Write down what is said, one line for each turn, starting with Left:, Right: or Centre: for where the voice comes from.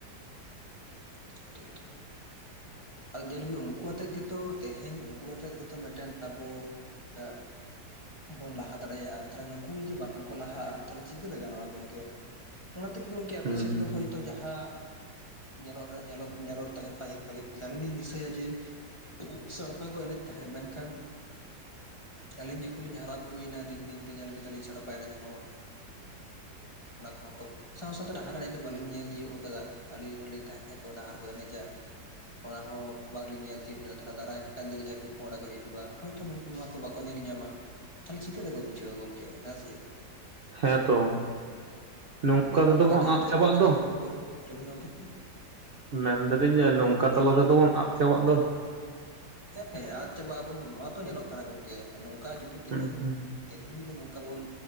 Left: <unintelligible> ᱟᱨ ᱧᱮᱞ ᱵᱤᱱ ᱩᱱᱠᱩ ᱟᱛᱮᱜ ᱜᱮᱛᱚ ᱛᱮᱦᱮᱧ ᱩᱱᱠᱩ ᱟᱛᱮᱜ ᱜᱮᱛᱚ ᱢᱤᱫᱴᱮᱱ ᱟᱵᱚ ᱮᱸᱜ ᱵᱚᱱ ᱞᱟᱦᱟ ᱫᱟᱲᱮᱭᱟᱜᱼᱟ ᱾ ᱛᱟᱦᱚᱞᱮ ᱱᱩᱠᱩ ᱡᱩᱫᱤ ᱵᱟᱝᱠᱚ ᱞᱟᱦᱟᱜᱼᱟ ᱛᱟᱦᱚᱞᱮ ᱪᱤᱠᱟᱹᱛᱮ ᱜᱟᱱᱚᱜᱼᱟ ᱜᱚᱝᱠᱮ? ᱚᱱᱟ ᱛᱮᱜᱮ ᱜᱚᱝᱠᱮ ᱟᱞᱮ
Right: ᱦᱩᱸ
Left: ᱥᱮᱫ
Right: ᱦᱩᱸ
Left: ᱫᱚ
Right: ᱦᱩᱸ
Left: ᱦᱳᱭᱛᱳ ᱡᱟᱦᱟᱸ, ᱧᱮᱞᱚᱜ ᱨᱮᱭᱟᱜ ᱧᱮᱞ ᱚᱜ ᱧᱮᱞᱚᱫ ᱛᱟᱦᱮᱸᱫ ᱯᱟᱹᱦᱤᱞ ᱯᱟᱹᱦᱤᱞ ᱾ ᱟᱹᱞᱤᱧ ᱞᱤᱧ ᱫᱤᱥᱟᱹᱭᱟ ᱡᱮ <unintelligible> ᱥᱟᱲᱯᱟ ᱠᱚ ᱮᱱᱮᱡ ᱛᱟᱦᱮᱸᱫ ᱢᱮᱱᱠᱷᱟᱱ ᱟᱹᱞᱤᱧ ᱡᱚᱠᱷᱚᱱ ᱞᱤᱧ ᱦᱟᱨᱟ ᱵᱩᱨᱩᱭᱮᱱᱟ ᱫᱤᱱ ᱫᱤᱱ ᱛᱮ ᱧᱮᱞ ᱠᱮᱫᱟᱞᱤᱧ ᱥᱟᱲᱯᱟ ᱮᱱᱮᱡ ᱦᱚᱸ ᱚᱱᱟ ᱠᱚᱦᱚᱸ ᱠᱚ ᱥᱟᱶ ᱥᱟᱶᱛᱮ ᱰᱟᱦᱟᱨ ᱮᱱᱮᱡ ᱫᱚ ᱵᱟᱹᱞᱤᱧ ᱧᱮᱞ ᱛᱤᱭᱳᱜ ᱠᱟᱫᱟ, ᱟᱹᱞᱤᱧ ᱠᱚ ᱞᱟᱹᱭ ᱛᱟᱦᱮᱸᱫ ᱠᱚ ᱰᱟᱦᱟᱨ ᱠᱚ ᱮᱱᱮᱡᱟ ᱾ ᱚᱱᱟ ᱦᱚᱸ ᱵᱟᱝᱞᱤᱧ ᱧᱮᱞ ᱛᱤᱭᱳᱜ ᱞᱮᱫᱟ ᱛᱟᱦᱞᱮ ᱫᱟᱨᱟᱭ ᱠᱟᱱ ᱨᱮ ᱡᱟᱦᱟᱸᱭ ᱯᱳ ᱯᱚᱸᱝᱲᱟ ᱠᱚ ᱦᱤᱡᱩᱜᱼᱟ ᱦᱚᱭᱛᱳ ᱱᱩᱠ ᱠᱩ ᱱᱚᱣᱟ ᱠᱚ ᱵᱟᱠᱚ ᱧᱮᱞ ᱧᱟᱢᱟ ᱛᱟᱦᱚᱞᱮ ᱪᱤᱠᱟᱹ ᱛᱮᱠᱚ ᱵᱩᱡᱷᱟᱹᱣᱟ ᱜᱚᱝᱠᱮ ᱦᱮᱸ ᱥᱮ ᱪᱮᱫ?
Right: ᱦᱮᱸ ᱛᱚ ᱾ <unintelligible>
Left: ᱟᱵᱚᱣᱟᱜ ᱫᱟᱭᱤᱛᱛᱚ
Right: ᱪᱟᱵᱟᱜ
Left: ᱠᱟᱱᱟ
Right: ᱫᱚ
Left: ᱡᱮ ᱱᱩᱠᱩ ᱠᱚ, ᱞᱟᱹᱭ ᱵᱤᱱ ᱜᱚᱝᱠᱮ ᱾
Right: ᱢᱮᱱ ᱫᱟᱹᱞᱤᱧ ᱱᱚᱝᱠᱟ ᱛᱟᱞᱟ ᱛᱮᱫᱚ ᱵᱚᱱ ᱟᱫ ᱪᱟᱵᱟᱜ ᱫᱚ ᱾
Left: ᱦᱮᱸ ᱟᱫ ᱪᱟᱵᱟᱜ ᱟᱵᱚᱱ ᱱᱚᱣᱟ ᱛᱚ ᱧᱮᱞᱚᱜ ᱠᱟᱱᱟ ᱜᱚᱝᱠᱮ ᱱᱚᱝᱠᱟ ᱡᱩᱫᱤ ᱛᱮᱦᱮᱧ
Right: ᱦᱩᱸ ᱦᱩᱸ
Left: ᱛᱮᱦᱮᱧ ᱡᱩᱫᱤ ᱱᱚᱝᱠᱟ ᱵᱚᱱ